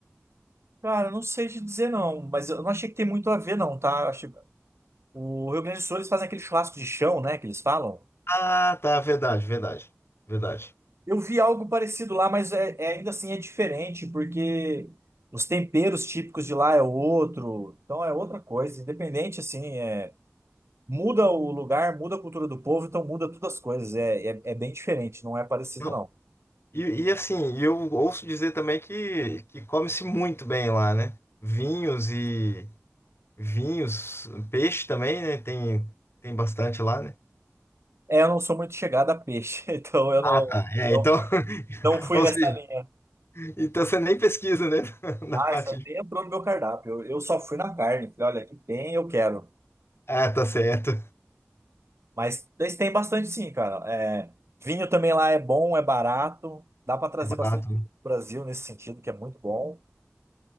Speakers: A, on the right; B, on the left.
A: Cara, eu não sei te dizer não, mas eu não achei que tem muito a ver não, tá? Eu achei... O Rio Grande do Sul eles fazem aquele churrasco de chão, né, que eles falam.
B: Ah, tá, verdade, verdade, verdade.
A: Eu vi algo parecido lá, mas é, é- ainda assim é diferente, porque os temperos típicos de lá é outro, então é outra coisa, independente assim, é... muda o lugar, muda a cultura do povo, então muda todas as coisas, é, é, é bem diferente, não é parecido
B: Não,
A: não.
B: E, e assim, eu ouço dizer também que, que come-se muito bem lá, né? Vinhos e vinhos, peixe também, né? Tem, tem bastante lá, né?
A: É, eu não sou muito chegada a peixe, <laughs> então eu não,
B: Ah, tá. É,
A: não,
B: então, <laughs>
A: não fui
B: ou
A: nessa
B: seja,
A: linha.
B: então você nem pesquisa, né? <laughs> Na
A: Ah,
B: parte
A: isso aí
B: de...
A: nem entrou no meu cardápio. Eu, eu só fui na carne. Falei, olha, aqui tem, eu quero.
B: Ah, tá certo.
A: Mas eles têm bastante sim, cara. É, vinho também lá é bom, é barato. Dá pra trazer
B: É barato.
A: bastante pro
B: né?
A: Brasil nesse sentido, que é muito bom.